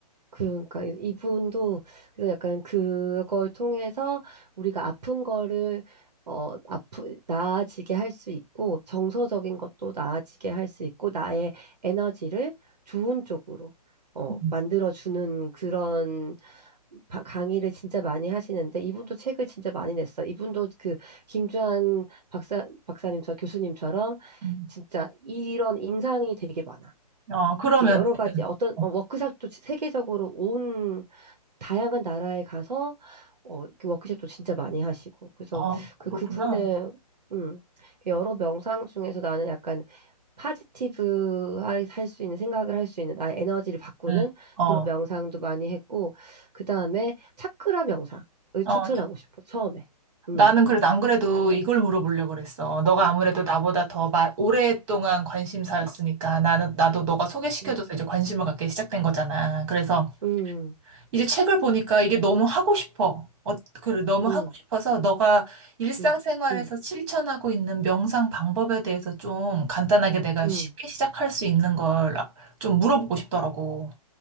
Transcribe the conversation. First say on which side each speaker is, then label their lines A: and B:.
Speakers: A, on the right (about 85°); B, on the right (about 45°).
A: 그, 그러니까 이분도 그래서 약간 그걸 통해서 우리가 아픈 거를 어 아프 나아지게 할 수 있고 정서적인 것도 나아지게 할 수 있고 나의 에너지를 좋은 쪽으로 어
B: 음,
A: 만들어 주는 그런 바- 강의를 진짜 많이 하시는데 이분도 책을 진짜 많이 냈어. 이분도 그 김주한 박사 박사님 저 교수님처럼
B: 음.
A: 진짜 이런 임상이 되게 많아.
B: 어, 그러면,
A: 이렇게 여러 가지 어떤
B: 어,
A: 어, 워크샵도 세계적으로 온 다양한 나라에 가서 어, 이렇게 워크숍도 진짜 많이 하시고 그래서
B: 어,
A: 그
B: 그렇구나.
A: 그분의 음, 여러 명상 중에서 나는 약간 파지티브 할 수 있는 생각을 할 수 있는 나의 에너지를 바꾸는
B: 음, 어,
A: 그런 명상도 많이 했고 그 다음에 차크라 명상을
B: 어,
A: 추천하고 싶어 처음에 음
B: 나는 그래도 안 그래도
A: 차크라 명상
B: 이걸 물어보려고 그랬어. 너가 아무래도 나보다 더 마- 오랫동안 관심사였으니까 나는 나도 너가 소개시켜줘서
A: 음
B: 이제 관심을 갖게 시작된 거잖아. 그래서
A: 음
B: 이제 책을 보니까 이게 너무 하고 싶어. 어, 그래, 너무
A: 음
B: 하고 싶어서 너가 일상생활에서
A: 음음
B: 실천하고 있는 명상 방법에 대해서 좀 간단하게 내가
A: 음
B: 쉽게 시작할 수 있는 걸 아, 좀 물어보고 싶더라고.